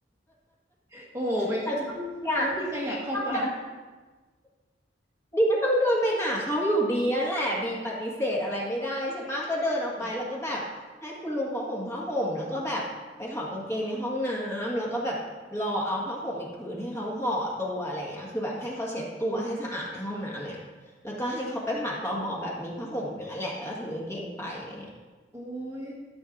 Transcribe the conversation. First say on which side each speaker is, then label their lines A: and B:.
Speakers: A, on the right; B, on the left.
A: <laughs> โอ้ไป
B: แต่ของเนี่ย
A: มันคงไม่มีใครอยากเข้าไป
B: ต้องเดิน บีก็ต้องเดินไปหาเขาอยู่ดีอะแหละบีปฏิเสธอะไรไม่ได้ใช่ปะก็เดินออกไปแล้วก็แบบให้คุณลุงเขาห่มผ้าห่มแล้วก็แบบไปถอดกางเกงในห้องน้ำแล้วก็แบบรอเอาผ้าห่มอีกผืนให้เขาห่อตัวอะไรอย่างเงี้ยคือแบบให้เขาเช็ดตัวให้สะอาดในห้องน้ำเนี่ยแล้วก็ให้เขาไปผ่านตมแบบมีผ้าห่มอย่างนั้นแหละแล้วก็ถือกางเกงไปอะไรเงี้ย
A: ค่ะโอ้ย